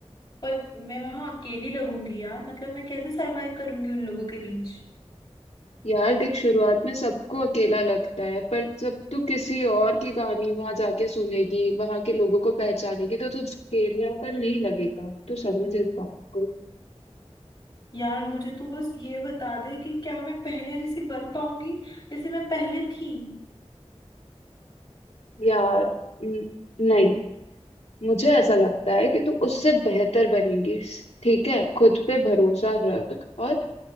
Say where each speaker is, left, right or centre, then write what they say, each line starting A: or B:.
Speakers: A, on the left; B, on the left.
A: पर मैं वहां अकेली लगूंगी यार मतलब मैं कैसे सरवाइव करूंगी उन लोगों के बीच
B: यार देख शुरुआत में सबको अकेला लगता है पर जब तू किसी और की कहानी वहां जाके सुनेगी वहां के लोगों को पहचानेगी तो तुझे अकेलापन नहीं लगेगा तू समझ इस बात को
A: यार मुझे तो बस ये बता दे कि क्या मैं पहले जैसी बन पाऊंगी जैसे मैं पहले थी
B: यार न- नहीं मुझे ऐसा लगता है कि तू उससे बेहतर बनेगी ठीक है खुद पे भरोसा रख और